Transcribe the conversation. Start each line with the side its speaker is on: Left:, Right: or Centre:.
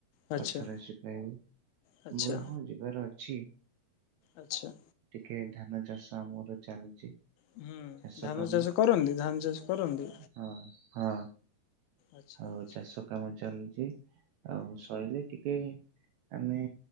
Left: ଆଚ୍ଛା
Right: ଅର୍ଥ ରାଶି ପାଇବୁ।
Left: ଆଚ୍ଛା
Right: ମୋର
Left: ଆଚ୍ଛା
Right: ହଁ, ଯିବାର ଅଛି।
Left: ଆଚ୍ଛା।
Right: ଏ ଧାନ ଚାଷ ଆମର ଚାଲିଚି।
Left: ହୁଁ
Right: ଚାଷ
Left: ଧାନ
Right: କାମ।
Left: କରନ୍ତି ଧାନ ଚାଷ କରନ୍ତି
Right: ହଁ, ହଁ।
Left: ଆଚ୍ଛା
Right: ଆଉ
Left: ଆଚ୍ଛା
Right: ଚାଷ କାମ ଚାଲିଚି। ଆଉ ସଇଲେ ଟିକେ ଆମେ